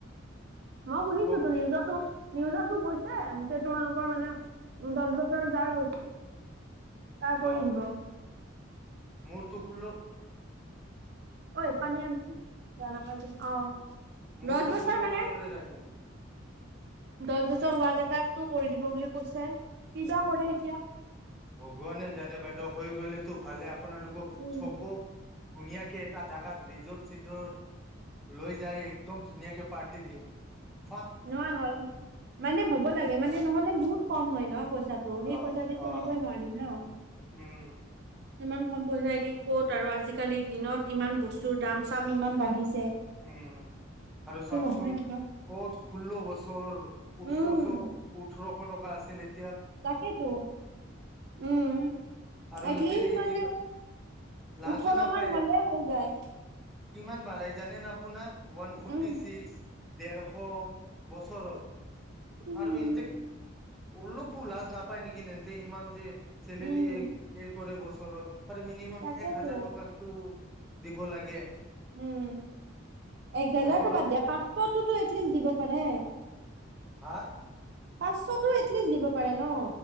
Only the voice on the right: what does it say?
মই শুনিছো
ত নিউজো-নিউজো কৈছে যে তোমালোকৰ
মানে দহ বছৰ যাৰ হৈছে তা কৰি
দিব ৷
ঐ পানী আনচোন বেয়া নাপাঅ অ
দহ বছৰ
মানে
দছ বছৰ হোৱা কেইটাক টো কৰি দিব বুলি কৈছে৷ কিবা কৰে
এতিয়া
উম,
নহ হ মানে হ'ব লাগে মানে নহ'লে বহুত কম হয় ন পইচাটো সেই
পইচা দি চলিবই
নোৱাৰি ন ৷
ইমান কম পইচাই দি ক'ত আৰু আজিকালিৰ দিনত ইমান বস্তুৰ দাম চাম ইমান বাঢ়িছ
নহয় নহয়
উম
তাকেতো উম
এটলিষ্ট
মানে
ওঠৰ
মান হলে হৈ যায়
উম
উম
উম
তাকেতো
উম এক হেজাৰতো
বাদ দিয়া পাঁচশতো এটলিষ্ট দিব পাৰে
পাঁচশতটো এটলিষ্ট দিব পাৰে ন